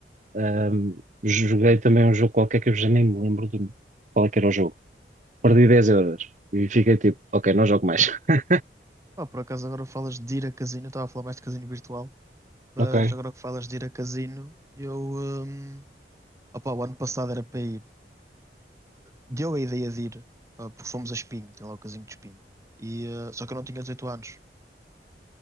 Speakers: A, on the right (about 45°); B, on the right (about 15°).
A: ahm, joguei também um jogo qualquer que eu já nem me lembro de qual é que era o jogo perdi 10 euros. E fiquei tipo, ok, não jogo mais. <laughs>
B: Pá, por acaso agora falas de ir a casino, eu estava a falar mais de casino virtual, mas
A: Ok.
B: agora que falas de ir a casino, eu, hum, opá, o ano passado era para ir, deu a ideia de ir, ah, porque fomos a Espinho, tem lá o casino de Espinho, e, ah, só que eu não tinha 18 anos,